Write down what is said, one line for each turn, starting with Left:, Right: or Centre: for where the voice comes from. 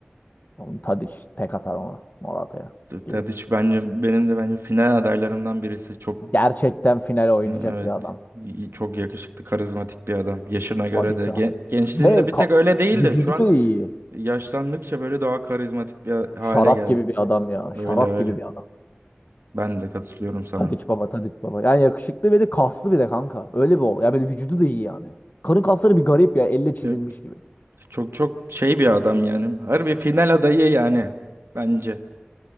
Left: Oğlum Tadic tek atar ona Morata'ya
Right: D- Tadic
Left: gibi.
Right: bence benim de bence final adaylarımdan birisi. Çok
Left: Gerçekten finale oynayacak
Right: evet
Left: bir adam.
Right: y- çok yakışıklı, karizmatik bir adam. Yaşına göre
Left: Tadic
Right: de gen-
Left: abi.
Right: gençliğinde
Left: Ve
Right: bir
Left: ka-
Right: tek öyle değildi.
Left: vücudu
Right: Şu an
Left: da iyi.
Right: yaşlandıkça böyle daha karizmatik bir hale
Left: Şarap
Right: geldi.
Left: gibi bir adam ya.
Right: Öyle
Left: Şarap
Right: öyle.
Left: gibi bir adam.
Right: Ben de katılıyorum sana.
Left: Tadiç baba, Tadiç baba. Yani yakışıklı ve de kaslı bir de kanka. Öyle bir ol. Ya böyle vücudu da iyi yani. Karın kasları bir garip ya. Elle çizilmiş
Right: Ya,
Left: gibi.
Right: Çok çok şey bir adam yani. Harbi final adayı yani bence.